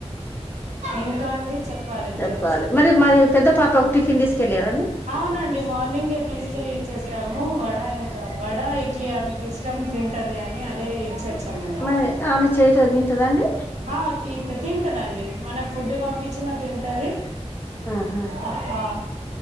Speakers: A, on the right (about 80°); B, on the left (about 20°).
A: ఇంకా అండి చెప్పాలి మీరు
B: చెప్పాలి మరి మరి పెద్ద పాప ఒక టిఫిన్ తీసుకెళ్ళారండి
A: అవునండి మార్నింగే తీస్కెళ్లి చేసాము వడ ఇంక వడ ఇడ్లీ ఆమెకిష్టం తింటది అని అదే ఇచ్ చామండి
B: మరి ఆమె చేయటో తింటదండి
A: ఆ తింటదండి మనం ఫుడ్డు పంపిచ్చినా తింటది
B: ఆహా
A: ఆ ఆ